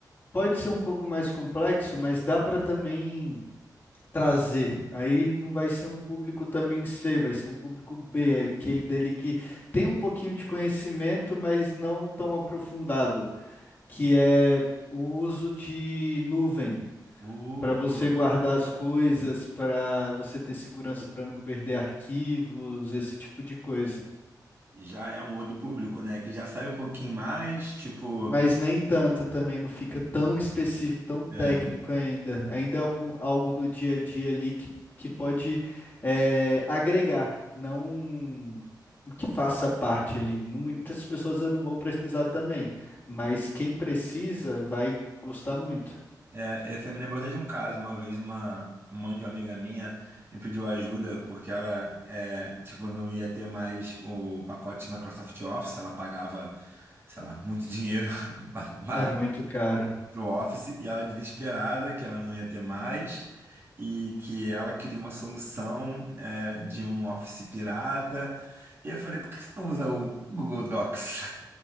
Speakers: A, on the left; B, on the right.
A: pode ser um pouco mais complexo, mas dá para também trazer. Aí não vai ser um público também C, vai ser um público B, é aquele dele que tem um pouquinho de conhecimento, mas não tão aprofundado. que é o uso de nuvem
B: Uh,
A: para
B: boa.
A: você guardar as coisas, para você ter segurança para não perder arquivos, esse tipo de coisa.
B: Já é um outro público, né? Que já sabe um pouquinho mais, tipo.
A: Mas nem tanto também, não fica tão específico, tão técnico
B: É,
A: ainda. Ainda é algo, algo do dia a dia ali que, que pode é, agregar, não que faça parte ali. Não- Muitas pessoas não vão precisar também, mas quem precisa vai gostar muito.
B: É, você me lembrou até de um caso, uma vez uma mãe de uma amiga minha me pediu ajuda porque ela é, tipo, não ia ter mais o pacote Microsoft Office, ela pagava, sei lá, muito dinheiro <laughs> para
A: É muito caro.
B: o Office e ela desesperada que ela não ia ter mais e que ela queria uma solução é, de um Office pirata. E eu falei, por que você não usa o Google Docs?